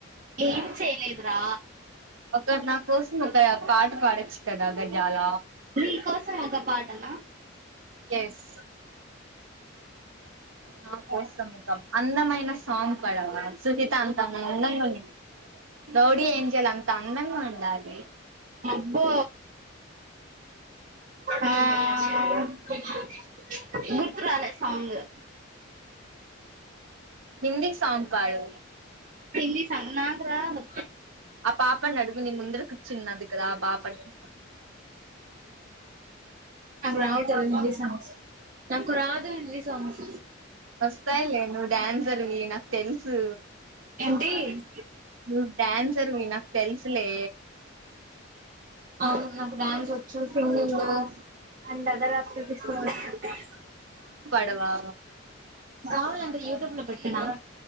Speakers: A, on the right; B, on the right.
A: ఏం చేయలేదురా
B: ఒక నా కోసం ఒక పాట పాడొచ్చు కదా గజాల
A: నీ కోసం ఒక పాటనా
B: ఎస్ నా కోసం ఒక అందమైన సాంగ్ పడవా సునీత అంత అందంగా ఉండాల రౌడీ ఏంజల్ అంత అందంగా ఉండాలి
A: అబ్బో ఆ ఆ అ గుర్తురాలే సాంగు
B: హిందీ సాంగ్ పాడు
A: హిందీ సాంగ్ నాకు రాదు
B: ఆ పాపని అడుగు నీ ముందర కూర్చున్నది కదా ఆ పాపనీ.
A: నాకు రావు కదా హిందీ సాంగ్స్ నాకు రాదు హిందీ సాంగ్స్
B: వస్తాయిలే నువ్ డ్యాన్స్ సరివి నాకు తెలుసు
A: టి
B: నువ్ డాన్సర్వి నాకు తెలుసులే
A: అవును నాకు డాన్స్ వచ్చు సింగింగ్ అండ్ అదర్ ఆప్టివిటీస్
B: వా
A: కావాలంటె యూట్యూబ్ లో పెట్టనా